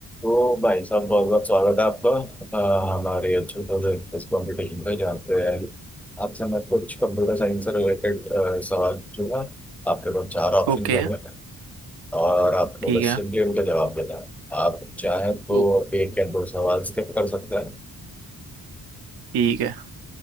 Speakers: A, in the centre; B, on the right.
A: तो भाई साहब बहुत बहुत स्वागत है आपका अ, हमारे अच्छे इस कंपटीशन पे जहाँ पे आपसे मैं कुछ कंप्यूटर साइंस से रिलेटेड सवाल पूछूंगा आपके पास चार ऑप्शन
B: Okay
A: होंगे और आपको
B: ठीक
A: बस
B: है
A: सिंपली उनका जवाब देना है आप चाहें तो
B: ओ
A: एक या दो सवाल स्किप कर सकते हैं
B: ठीक है